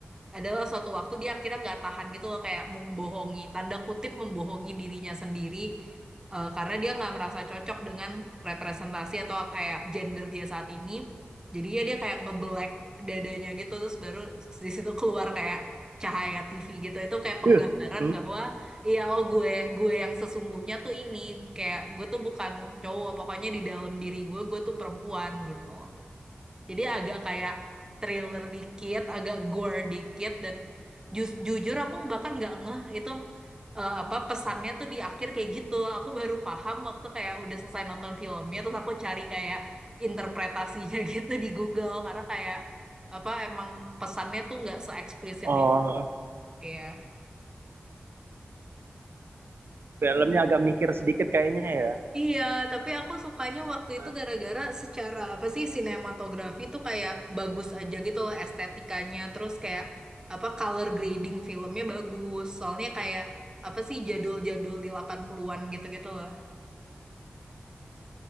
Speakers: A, on the right; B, on the right.
A: adalah suatu waktu dia akhirnya nggak tahan gitu loh kayak membohongi tanda kutip membohongi dirinya sendiri eh, karena dia nggak merasa cocok dengan representasi atau kayak gender dia saat ini jadinya dia dia kayak ngebelek dadanya gitu terus baru di situ keluar kayak cahaya TV gitu itu kayak penggambaran
B: Ih. Hmm.
A: bahwa iya oh gue gue yang sesungguhnya tuh ini kayak gue tuh bukan cowok pokoknya di dalam diri gue gue tuh perempuan gitu jadi agak kayak thriller dikit, agak gore dikit dan ju- jujur aku bahkan nggak ngeh itu eh, apa pesannya tuh di akhir kayak gitu. Aku baru paham waktu kayak udah selesai nonton filmnya terus aku cari kayak interpretasinya <laughs> gitu di Google karena kayak apa emang pesannya tuh nggak se-eksplisit
B: oh
A: itu. Iya.
B: filmnya agak mikir sedikit kayaknya ya
A: Iya, tapi aku sukanya waktu
B: Nah,
A: itu gara-gara secara apa sih sinematografi tuh kayak bagus aja gitu loh estetikanya, terus kayak apa color grading filmnya bagus. Soalnya kayak apa sih jadul-jadul di 80-an gitu-gitu loh.